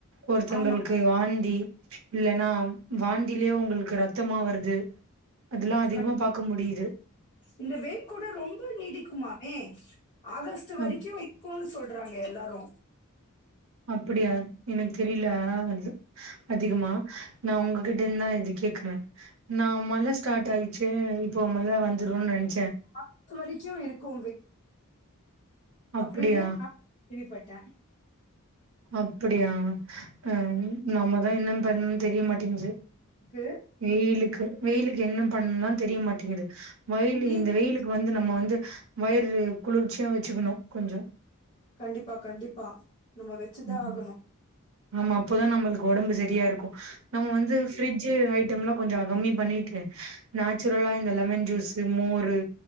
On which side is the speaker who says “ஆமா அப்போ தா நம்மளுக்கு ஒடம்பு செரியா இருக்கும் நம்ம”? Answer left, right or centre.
Right